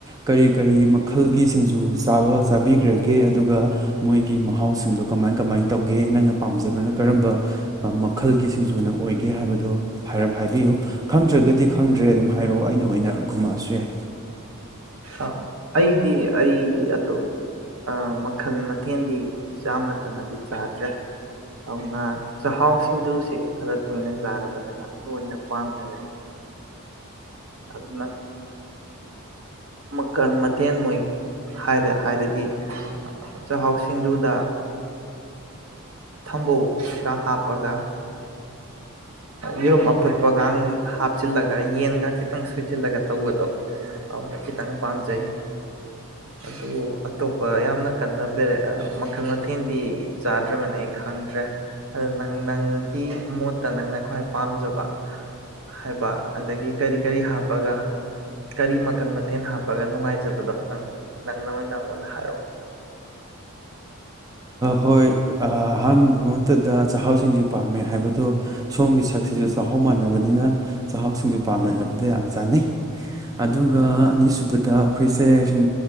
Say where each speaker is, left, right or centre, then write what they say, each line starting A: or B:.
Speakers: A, on the right (about 15°); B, on the right (about 65°).
A: ꯀꯔꯤ ꯀꯔꯤ ꯃꯈꯜꯒꯤ ꯁꯤꯡꯖꯨꯥꯕ ꯆꯥꯕꯤꯈ꯭ꯔꯒꯦ ꯑꯗꯨꯒ ꯃꯣꯏꯒꯤ ꯃꯍꯥꯎꯁꯤꯡꯗꯣ ꯀꯃꯥꯏ ꯀꯃꯥꯏꯅ ꯇꯧꯒꯦ ꯅꯪꯅ ꯄꯥꯝꯖꯕꯅ ꯀꯔꯝꯕ ꯃꯈꯜꯒꯤ ꯁꯤꯡꯖꯨꯅ ꯑꯣꯏꯒꯦ ꯍꯥꯏꯕꯗꯣꯞ ꯍꯥꯏꯕꯤꯌꯨ ꯈꯪꯗ꯭ꯔꯒꯗꯤ ꯈꯪꯗ꯭ꯔꯦ ꯑꯗꯨꯝ ꯍꯥꯏꯔꯛꯑꯣ ꯑꯩꯅ ꯑꯣꯏꯅ ꯈꯨꯝꯃꯛꯑꯁꯨ ꯌꯥꯏ
B: ꯑ ꯑꯩꯗꯤ ꯑꯩꯗꯤ ꯑꯇꯣꯞ ꯃꯈꯜ ꯃꯊꯦꯜꯗꯤ ꯌꯥꯝꯅ ꯀꯟꯅꯗꯤ ꯆꯥꯗ꯭ꯔꯦ ꯑꯗꯨꯅ ꯆꯥꯛꯍꯥꯎ ꯁꯤꯡꯖꯨꯁꯤ ꯈꯔ ꯇꯣꯏꯅ ꯆꯥꯔꯕꯅꯤꯅ ꯑꯗꯨ ꯑꯣꯏꯅ ꯄꯥꯝꯃꯦ ꯑꯗꯨꯅ ꯃꯈꯜ ꯃꯊꯦꯜ ꯃꯣꯏꯔ ꯍꯥꯏꯔꯗꯤ ꯆꯍꯥꯎ ꯁꯤꯡꯖꯨꯗ ꯊꯝꯕꯧꯒ ꯍꯥꯞꯄꯒ ꯌꯦꯔꯨꯝ ꯑꯐꯨꯠꯄꯒ ꯍꯥꯞꯆꯤꯜꯂꯒ ꯌꯦꯟꯒ ꯈꯤꯇꯪ ꯁꯣꯏꯆꯤꯜꯂꯒ ꯇꯧꯕꯗꯣ ꯑꯗꯨꯅ ꯈꯤꯇꯪ ꯄꯥꯝꯖꯩ ꯑꯗꯨ ꯑꯇꯣꯞꯄ ꯌꯥꯝꯅ ꯀꯟꯅ ꯃꯈꯜ ꯃꯊꯦꯜꯗꯤ ꯆꯥꯗ꯭ꯔꯃꯅ ꯑꯩ ꯈꯪꯗ꯭ꯔꯦ ꯑꯗꯨ ꯅꯪ ꯅꯪꯒꯤ ꯃꯣꯠꯇ ꯅꯪꯅ ꯈ꯭ꯋꯥꯏ ꯄꯥꯝꯖꯕ ꯍꯥꯏꯕ ꯑꯗꯒꯤ ꯀꯔꯤ ꯀꯔꯤ ꯍꯥꯞꯄꯒ ꯀꯔꯤ ꯃꯈꯜ ꯃꯊꯦꯜ ꯍꯥꯞꯄꯒ ꯅꯨꯡꯉꯥꯏꯖꯕꯗꯣ ꯅꯪ ꯅꯪ ꯅ ꯑꯣꯏꯅ ꯑꯩꯉꯣꯟꯗ ꯍꯥꯏꯔꯛꯑꯣ
A: ꯍꯣꯏ ꯑꯍꯥꯟꯕ ꯃꯛꯇꯗ ꯆꯥꯛꯍꯥꯎ ꯁꯤꯡꯁꯨꯨ ꯄꯥꯝꯃꯦ ꯍꯥꯏꯕꯗꯣ ꯁꯣꯝꯒꯤ ꯁꯛꯁꯤꯁꯨ ꯆꯥꯛꯍꯥꯎ ꯃꯥꯟꯅꯕꯅꯤꯅ ꯆꯥꯛꯍꯥꯎ ꯁꯤꯡꯁꯨꯨ ꯄꯥꯝꯃꯦ ꯍꯥꯏꯕꯗꯣ ꯌꯥꯝ ꯆꯥꯅꯩ ꯑꯗꯨꯒ ꯑꯅꯤꯁꯨꯕꯗ ꯑꯩꯈꯣꯏꯁꯦ ꯁꯨꯝ